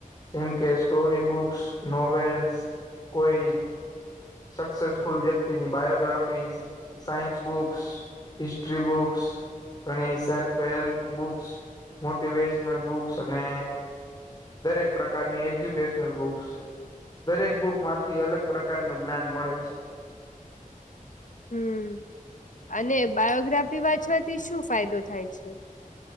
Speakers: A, on the left; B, on the left.
A: જેમ કે સ્ટોરી બુક્સ, નોવેલ્સ. કોઈ સક્સેસફુલ વ્યક્તિની biographies science books, history books ઘણી self help books, motivational books અને દરેક પ્રકારની એજ્યુકેશનલ બુક્સ દરેક બુકમાંતી અલગ પ્રકારનું જ્ઞાન મળે છે.
B: હમ્મ અને બાયોગ્રાફી વાંચવાથી શું ફાયદો થાય છે?